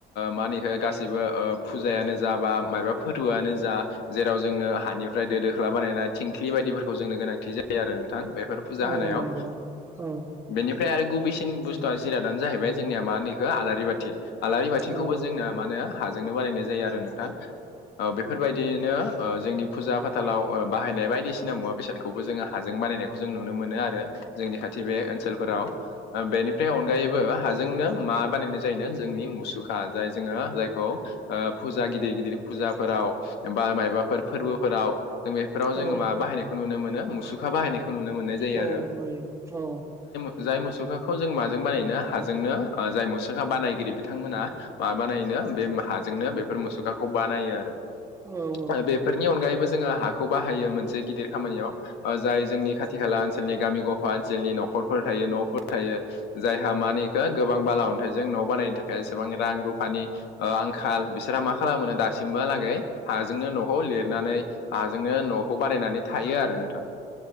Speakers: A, on the left (about 80°); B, on the right (about 15°).
A: मानिख गाससिबो फुजायानो जाबा मायबा फोरबोआनो जा जेराव जोंनो हानिफ्राय दो दोख्ला बानायनाय थिंख्लि बायदिफोरखौ जोंनो गोनांथि जायो बिदि आरो नोंथां बेफोर फुजा
B: औ
A: होनायाव
B: नंगौ औ
A: बेनिफ्राय आरो गुबैसिन बुस्थुआ जिरादानो जाहैबाय जोंनिया मा होनोखो आलारि बाथि आलारि बाथिखौबो
B: औ
A: जोंना मा होनो हाजोंनो बानायनाय जायो आरो नोंथां औ बेफोरबायदि बिदिनो ओ जोंनि फुजा फाथालाव बाहायनाय बायदिसिना मुवा बेसादखौबो जों हाजों बानायनायखौ जों नुनो मोनो आरो जोंनि खाथि बे ओनसोलफोराव बेनिफ्राय अनगायैबो हाजोंनो मा बानायनाय जायो जोंनि मुसुखा जाय जोङो जायखौ आ फु ुा गिदिर गिदिर फुजाफोराव बा माबाफोर फोरबोफोराव जों बेफोराव जोङो
B: औ
A: मा बायनाय नुनो मोनो मुसुखा बाहायनायखौ नुनो मोननाय जायो
B: औ
A: आरो
B: नुयो औ
A: जाय जाय मुसुखाखौ जों माजों बानायनो हाजोंनो जाय मुसुखा बानायगिरि बिथांमोना माबानायो बे हाजोंनो बेफोर मुसुखाखौ बानायो आरो
B: औ औ
A: बे बेफोरनि अनगायैबो जोंङो हाखौ बाहायो मोनसे गिदिर खामानियाव ओ जाय जोंनि खाथि खाला ओनसोलनि गामि गफा ओनसोलनि न'खरफोर थायो न'फोर थायो जायहा मानिखौ गोबां बाला अन्थाइजों न' बानायनो थाखाय सेबां रां रुफानि आंखाल मा खालामोनो दासिमबोहालागै हाजोंनो न'खौ लिरनानै हाजों नो न'खौ बानायनानै थायो आरो नोंथां